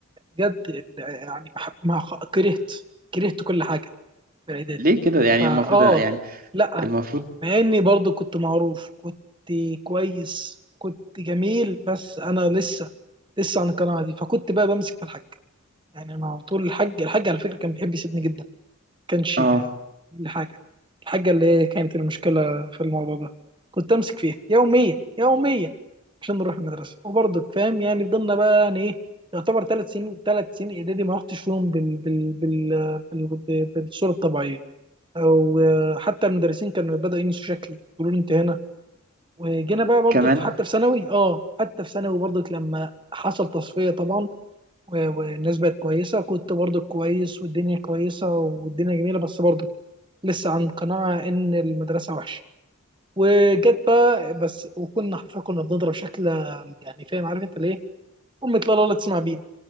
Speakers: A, on the right (about 20°); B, on the right (about 40°).
A: بجد ال- يعني ما حب- ما خ- كرهت كرهت كل حاجه في اعدادي
B: ليه كده يعني
A: فاه
B: المفروض يعني
A: لا
B: المفروض
A: مع اني برضو كنت معروف كنت كويس كنت جميل بس انا لسه لسه عن القناعه دي فكنت بقى بمسك في الحاج يعني انا على طول الحاج الحاج على فكره كان بيحب يسيبني جدا ما كانش
B: اه
A: لحاجه الحاجه اللي هي كانت المشكله في الموضوع ده كنت امسك فيها يوميا يوميا عشان نروح المدرسه وبرضو فاهم يعني فضلنا بقى يعني ايه يعتبر ثلاث سنين ثلاث سنين اعدادي ما رحتش فيهم بال... بال... بال... بال... بالصوره الطبيعيه او آه، حتى المدرسين كانوا بدأوا ينسوا شكلي يقولوا لي انت هنا وجينا بقى برضك
B: كمان
A: في- حتى في ثانوي اه حتى في ثانوي برضك لما حصل تصفية طبعا و- والناس بقت كويسة كنت برضك كويس والدنيا كويسة والدنيا جميلة بس برضك لسه عن قناعة إن المدرسة وحشة وجت بقى بس وكنا حرفيا كنا بنضرب شكل يعني فاهم عارف انت ليه؟ أمك لا لا لا تسمع بينا